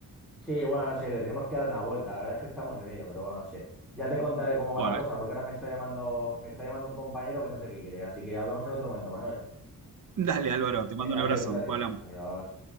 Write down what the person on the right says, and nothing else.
Bueno,
eh,
dale Álvaro, te
mando un abrazo,
después hablamos.